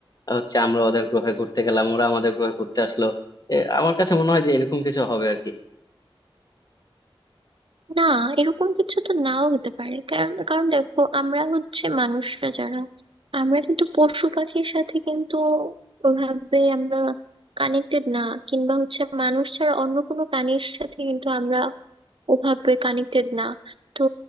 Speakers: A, on the left; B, on the right.
A: হচ্ছে আমরা ওদের গ্রহে ঘুরতে গেলাম ওরা আমাদের গ্রহে ঘুরতে আসলো এ, আমার কাছে মনে হয় যে এরকম কিছু হবে আর কি
B: না এরকম কিছু তো নাও হতে পারে কারণ কারণ দেখো আমরা হচ্ছে মানুষরা যারা আমরা কিন্তু পশু পাখির সাথে কিন্তু ওভাবে আমরা কানেক্টেড না কিংবা হচ্ছে মানুষ ছাড়া অন্য কোনো প্রাণীর সাথে কিন্তু আমরা ওভাবে কানেক্টেড না তো